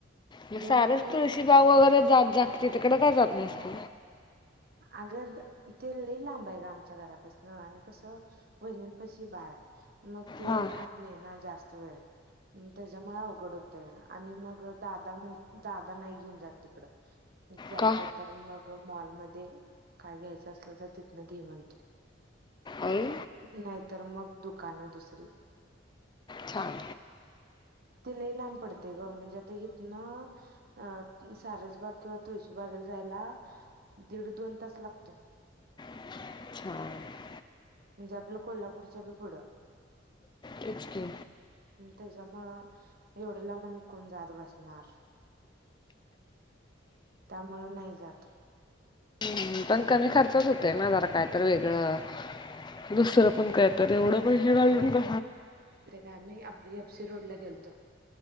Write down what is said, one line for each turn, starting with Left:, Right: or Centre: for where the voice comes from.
Left: मग सारच
Right: रुपयेला
Left: तुळशीबाग वगैरे जात जात तिथकडं काय जात नसत
Right: अगर तेल लांब आहे ग आमच्या घराात आणि कसं पहिनं पैशी बाय मग ते
Left: हां
Right: राहत नाही ना जास्त वेळ मग त्याच्यामुळे अवघड होत आणि मग दादा म्हण दादा नाही घेऊन जात तिकड जायचं
Left: का
Right: तर मग मॉल मध्ये काय घ्यायच असलं तर तिथन घे म्हणतो
Left: आई
Right: नाहीतर मग दुकानं दुसरी
Left: छान
Right: तिलाही लांब पडते ग म्हणजे आता इथ ना अ सारसबाग किंवा तुळशीबाग यला दीड दोन तास लागतो
Left: अच्छा
Right: म्हणजे आपलं कोल्हापूरच्या बी पुढं,
Left: तेच की.
Right: त्याच्यामुळं एवढ्या लांब आणि कोण जात बसणार. त्यामुळं नाही जात.
Left: हम्म, पण कमी खर्चच होते ना जरा काय तर वेगळं. दुसरं पण काय तर एवढं पैसे घालून का
Right: कायम्ही आपली एफसी रोड ला गेलतो.